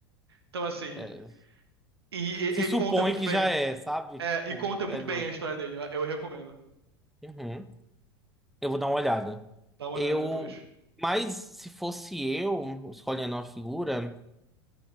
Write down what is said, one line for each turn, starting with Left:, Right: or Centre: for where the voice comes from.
Right: Então, assim,
Centre: É,
Right: e,
Centre: Se
Right: e- e
Centre: supõe
Right: conta muito
Centre: que
Right: bem.
Centre: já é, sabe?
Right: É,
Centre: Tipo,
Right: e conta muito
Centre: Ed
Right: bem
Centre: Murphy.
Right: a história dele, eu, eu recomendo.
Centre: Uhum. Eu vou dar uma olhada.
Right: Dá uma
Centre: Eu.
Right: olhada depois.
Centre: Mas se fosse eu escolhendo uma figura.